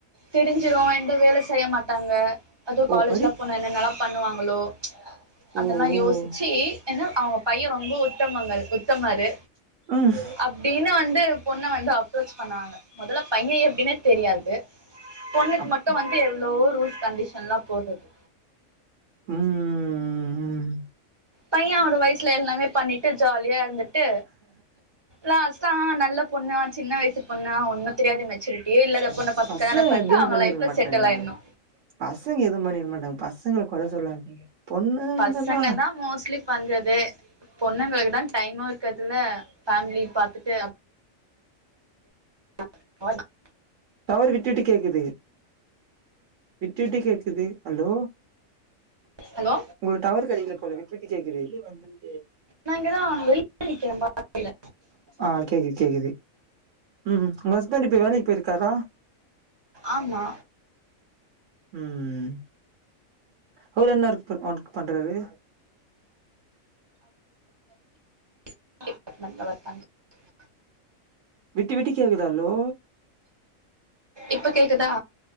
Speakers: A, on the right (about 20°); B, on the right (about 65°).
A: தெரிஞ்சிரோ எங்க வேல செய்ய மாட்டாங்க அதுவு
B: ஓ
A: காலேஜ்ல
B: படி
A: போன என்னென்னலா பண்ணுவாங்களோ ச்ச அதெல்லா
B: ஓ ஓ
A: யோஸ்ச்சி என்னவ் அவுங்க பையே ரொம்ப உத்தமங்கள் உத்தமாரு
B: ம்
A: அப்டின்னு வந்து பொண்ண வந்து பண்ணாங்க மொதல்ல பையே எ ன்னா தெரியாது பொண்ணுக்கு
B: அம்
A: மட்டோ வந்ட்டு எவ்ளோ ரூல்ஸ் கண்டிஷன்லா போட்றது
B: ம்
A: பையே ஒரு வயிசுல எல்லாமே பண்ணிட்டு ஜாலியா இருந்துட்டு லாஸ்ட்டா நல்ல பொண்ணா சின்ன வயிசு பொண்ணா ஒன் னு தெரியாத மெச்சூரிட்டியே இல்லாதப் பொண்ண பாத்துக்
B: பசங்க
A: கல்யாணம் பண்ட்டு
B: எதுவுமே
A: அவுங்க
B: பண்ணிருக்க
A: லைஃப்ல
B: மாட்டானுங்க
A: செட்டில் ஆயிணு
B: பசங்க எதுவு பண்ணிருக்க மாட்டாங்க பசங்கள கொற சொல்லாதீங்க பொண்ணுங்கதா
A: பசங்கதா மோஸ்ட்லி பண்றது பொண்ணுங்களுக்குதா டைம்மூ இருக்கத்தில ஃபேம்லி பாத்துட்டு அ <inaudible>
B: டவரு விட்டு விட்டு கேக்குது விட்டு விட்டு கேக்குது ஹலோ
A: ஹலோ
B: உங்குளுக்கு டவர் கெடைக்கல போல விட்டு விட்டு கேக்குது அ
A: நா இங்கதா வெளிய நிக்கிறே பால்கனில
B: ஆ கேக்குது கேக்குது உம் உம் உங்க ஹஸ்பண்ட் இப்ப வேலைக்கு போயிருக்காரா
A: ஆமா
B: உம் அவுரு என்ன <unintelligible> பண்றரு
A: <inaudible>
B: விட்டு விட்டு கேக்குது ஹலோ
A: இப்ப கேக்குதா